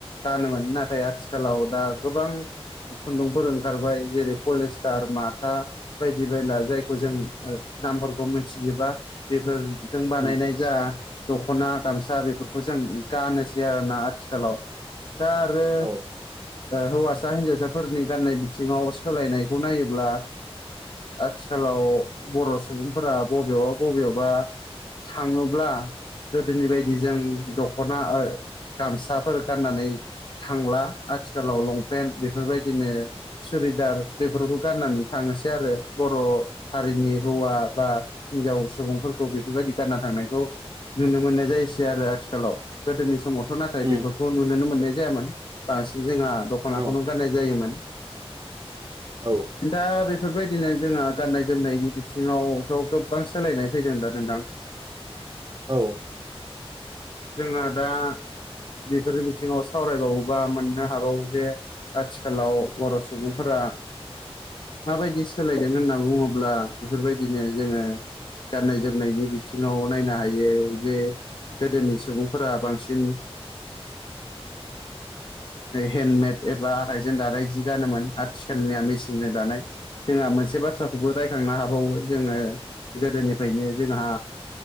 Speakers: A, on the left; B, on the right.
A: गानोमोन नाथाय आथिखालाव दा गोबां खुन्दुंफोर ओंखारबाय जेरै पलिस्टार माथा बायदि बायला जायखौ जों नामफोरखौ मोनथियोोबा बेफोर जों बानायनाय
B: उम
A: जा दख'ना गामसा बेफोरखौ जों गानोसै आरोना आथिखालाव दा आरो
B: औ
A: हौवासा हिन्जावसाफोरनि गान्नाय बिथिङाव सोलायनायखौ नायोब्ला आथिखालाव बर' सुबुंफोरा बबेयावबा बबेयावबा थाङोब्ला गोदोनि बायदि जों दख'ना गामसाफोर गाननानै थांला आथिखालाव लंपेन्ट बेफोरबायदिनो सुरिदार बेफोरखौ गाननानै थांनोसै आरो बर' हारिनि हौवा बा हिनजाव सुबुंफोरखौ बेफोरबायदि गानना थांनायखौ नुनो मोननाय जायोसै आरो आथिखालाव गोदोनि समाव थ' नाथाय
B: उम औ उम
A: बेफोरखौ नुनो मोननाय जायामोन बांसिन जोंहा दख'नाखौनो
B: औ
A: गाननाय जायोमोन।
B: औ
A: दा बेफोरबायदिनो जोंहा गाननाय जोमनायनि बिथिङावथ' गोबां सोलायनाय फैदों दा नोंथां <inaudible>
B: औ
A: जोंहा दा बेफोर बिथिङाव सावरायबावोबा मोननो हाबावो जे आथिखालाव बर' सुबुंफोरा माबायदि सोलायदों होनना बुङोब्ला बेफोरबायदिनो जोङो गाननाय जोमनायनि बिथिङाव नायनो हायो जे गोदोनि सुबुंफोरा बांसिन हेन्दमेद एबा आखाइजों दानाय जि गानोमोन आथिखालनिया मेचनजों दानाय जोंहा मोनसे बाथ्राखौबो रायखांनो हाबावो जोङो गोदोनिफ्रायनो जोंहा